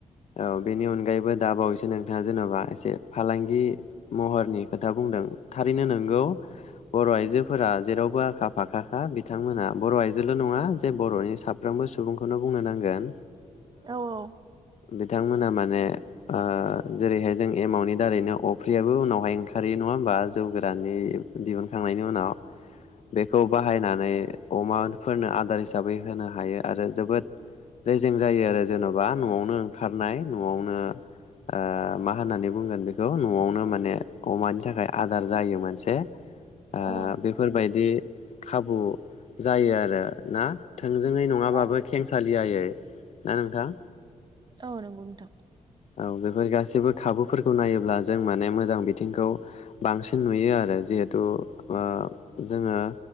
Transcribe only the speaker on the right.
औ औ।
औ
औ
औ नोंगौ नोंथां।